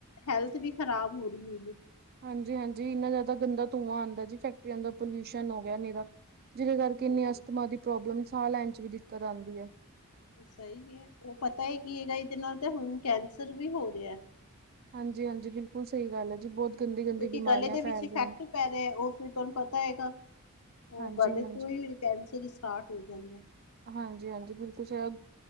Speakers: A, on the left (about 80°); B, on the right (about 45°).
A: ਹੈਲਥ ਵੀ ਖ਼ਰਾਬ ਹੋ ਰਹੀ ਹੈਗੀ।
B: ਹਾਂਜੀ ਹਾਂਜੀ ਇੰਨਾ ਜ਼ਿਆਦਾ ਗੰਦਾ ਧੂੰਆਂ ਆਉਂਦਾ ਜੀ ਫੈਕਟਰੀਆਂ ਦਾ ਪੋਲਿਊਸ਼ਨ ਹੋ ਗਿਆ ਨਿਰਾ। ਜਿਹਦੇ ਕਰਕੇ
A: ਹੂੰ
B: ਇੰਨੀ ਅਸਥਮਾ ਦੀ ਪ੍ਰੋਬਲਮ ਸਾਹ ਲੈਣ ਚ ਵੀ ਦਿੱਕਤ ਆਉਂਦੀ ਹੈ।
A: ਸਹੀ ਹੈ ਉਹ ਪਤਾ ਹੈ ਕੀ ਹੈਗਾ ਇਹਦੇ ਨਾਲ ਤੇ ਹੁਣ ਕੈਂਸਰ ਵੀ ਹੋ ਰਿਹਾ।
B: ਹਾਂਜੀ ਹਾਂਜੀ ਬਿਲਕੁਲ ਸਹੀ ਗੱਲ ਹੈ ਜੀ ਬਹੁਤ। ਗੰਦੀ-ਗੰਦੀ
A: ਕਿਉਂਕਿ
B: ਬਿਮਾਰੀਆਂ
A: ਗਲੇ ਦੇ
B: ਫੈਲ
A: ਵਿੱਚ ਇਫੈਕਟ
B: ਰਹੀਆਂ
A: ਪੈ ਰਿਹਾ ਉਹ ਫਿਰ ਤੁਹਾਨੂੰ ਪਤਾ ਹੈਗਾ ਉਹ
B: ਹਾਂਜੀ-ਹਾਂਜੀ।
A: ਗਲੇ ਤੋਂ ਹੀ। ਕੈਂਸਲ ਸਟਾਰਟ ਹੋ ਜਾਂਦਾ।
B: ਹਾਂਜੀ ਹਾਂਜੀ ਬਿਲਕੁਲ ਸਹੀ